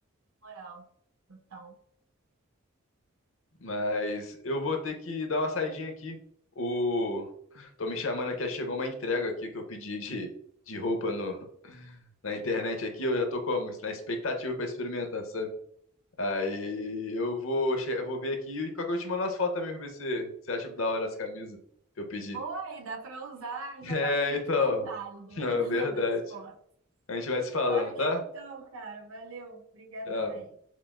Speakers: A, on the right; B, on the left.
A: moral, total.
B: Mas eu vou ter que dar uma saidinha aqui. O... Tô me chamando aqui, chegou uma entrega aqui que eu pedi de, de roupa no, na internet aqui. Eu já tô como? Na expectativa pra experimentar, sabe? Aí eu vou, che- eu vou ver aqui e qualquer coisa eu te mando as fotos também pra ver se você acha da hora as camisas que eu pedi.
A: Oi, dá pra usar,
B: É,
A: já tá com o look
B: então.
A: montado do-
B: <laughs> É
A: <laughs>
B: verdade.
A: das fotos.
B: A gente vai se falando,
A: Valeu
B: tá?
A: então, cara, valeu, brigadão
B: Tchau.
A: aí.